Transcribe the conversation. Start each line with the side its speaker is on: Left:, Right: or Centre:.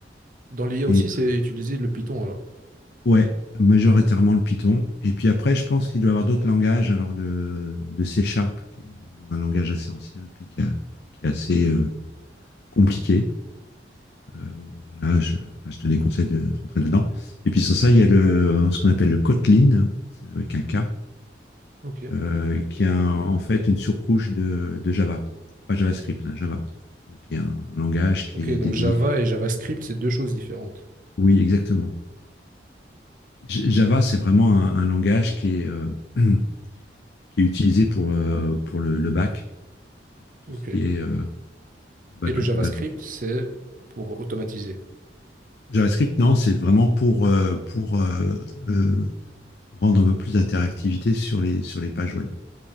Right: Dans l'IA
Left: Et
Right: aussi, c'est utiliser le Python alors.
Left: euh, ouais, majoritairement le Python. Et puis après, je pense qu'il doit y avoir d'autres langages. Alors le, le C Sharp, qui est bon, un langage assez ancien et puis qui, a- qui est assez euh, compliqué. Euh, bon, là, je, enfin, je te déconseille de rentrer là-dedans. Et puis sans
Right: <laughs>
Left: ça, il
Right: Ouais.
Left: y a le, ce qu'on appelle le Kotlin, c'est avec un K.
Right: Ok.
Left: euh, qui a en fait une surcouche de, de Java. Pas JavaScript, hein, Java. Donc, il y a un langage qui
Right: Ok,
Left: est
Right: donc
Left: dédié.
Right: Java et JavaScript, c'est deux choses différentes.
Left: Oui, exactement. J- Java, c'est vraiment un, un langage qui est, euh, <clears throat> qui est utilisé pour, euh, pour le, le back, pour tout
Right: Ok.
Left: ce qui est euh, back,
Right: Et le JavaScript,
Left: back office.
Right: c'est pour automatiser.
Left: JavaScript, non, c'est vraiment pour, euh, pour euh, euh, rendre un peu plus d'interactivité sur les, sur les pages web.